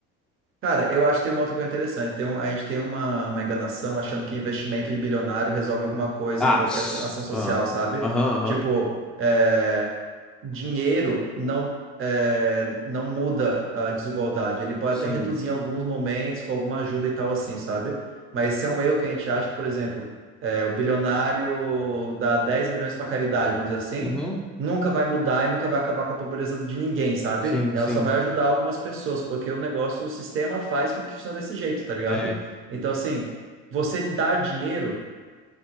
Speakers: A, on the right (about 40°); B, in the centre.
A: Cara, eu acho que tem uma outra coisa interessante. Tem um- a gente tem uma, uma enganação achando que investimento de bilionário resolve alguma coisa
B: Ah,
A: em qualquer
B: tss.
A: so- ação social,
B: Ah,
A: sabe?
B: aham, aham.
A: Tipo, é, dinheiro não, é, não muda a desigualdade. Ele pode
B: Sim.
A: até reduzir em alguns momentos com alguma ajuda e tal assim, sabe? Mas esse é um erro que a gente acha que, por exemplo, é, o bilionário dá 10 bilhões para caridade, vamos dizer assim
B: Uhum.
A: nunca vai mudar e nunca vai acabar com a pobreza de ninguém, sabe?
B: Sim,
A: Ela
B: sim.
A: só vai ajudar algumas pessoas, porque o negócio, o sistema faz com que funcione desse jeito, tá ligado?
B: É.
A: Então, assim, você dar dinheiro